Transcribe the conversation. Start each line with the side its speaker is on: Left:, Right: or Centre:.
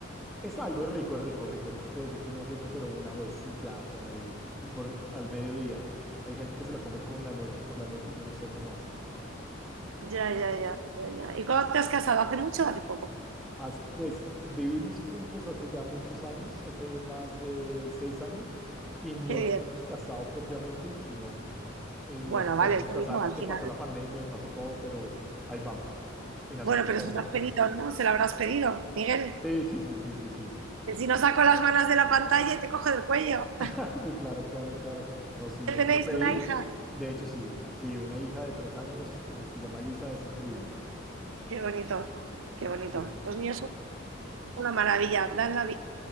Centre: Es algo, es rico, es rico, rico. No te puedo decir que no es rico, pero una vez y ya, o sea, y, y por al mediodía. Hay gente que se la come con la noche, por la noche y yo no sé cómo hace.
Right: Ya, ya, ya, ya, ya. ¿Y cuándo te has casado? ¿Hace mucho o hace poco?
Centre: Hace, pues vivimos juntos hace ya muchos años, hace más de seis años, y no
Right: Qué
Centre: nos
Right: bien.
Centre: hemos casado propiamente, sino eh, nos
Right: Bueno,
Centre: queremos
Right: vale, es lo
Centre: casar,
Right: mismo
Centre: pues
Right: al
Centre: que
Right: final.
Centre: pasó la pandemia y pasó todo, pero ahí vamos. Y nació
Right: Bueno,
Centre: nuestra
Right: pero se
Centre: hija.
Right: lo has pedido, ¿no? Se lo habrás pedido, Miguel.
Centre: Sí, sí, sí, sí, sí, sí.
Right: Que si no saco las manos de la pantalla y te coge del cuello.
Centre: <laughs>
Right: <laughs>
Centre: Sí, claro, claro, claro. No, sí,
Right: Que
Centre: yo se
Right: tenéis
Centre: lo pedí.
Right: una hija.
Centre: De hecho, sí, sí, una hija de tres años, eh, se llama Elisa, es increíble.
Right: Qué bonito, qué bonito.
Centre: Sí.
Right: Los niños son una maravilla, dan la vida,